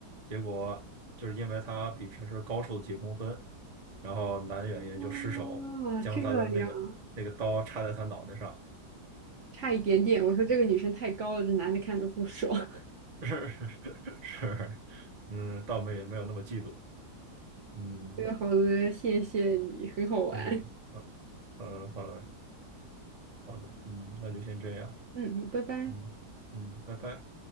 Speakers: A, on the right; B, on the right.
A: 结果就是因为她比平时高出了几公分。然后男演员就失手将他的那个那个刀插在他脑袋上，
B: 哦，这样啊，差一点点。我说这个女生太高了，这男的看着不爽。<laughs>
A: <laughs> 是是是嗯，倒没没有那么嫉妒，嗯
B: 这个好的，谢谢你，很好玩。
A: 嗯，好，好的好的好的，嗯，那就先这样，
B: 嗯，拜拜。
A: 嗯嗯，拜拜。